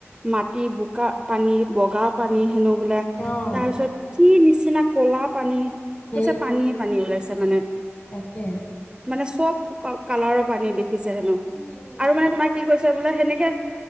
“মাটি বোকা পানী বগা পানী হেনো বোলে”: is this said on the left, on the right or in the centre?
Right